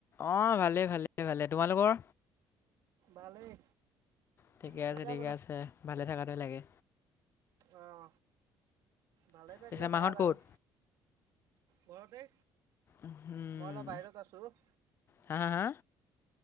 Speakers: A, on the left (about 40°); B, on the right (about 80°).
A: অহ' ভালে, ভালে, ভালে। তোমালোকৰ?
B: ভালেই
A: ঠিকে
B: কেতিয়া
A: আছে ঠিকে আছে, ভালে থকাতোৱে লাগে।
B: অহ। ভালে থাকিলে
A: পিছে মাহঁত
B: ভাল আৰু
A: ক'ত
B: ঘৰতে।
A: উম,
B: মই অলপ বাহিৰত আছো।
A: হা, হা, হা।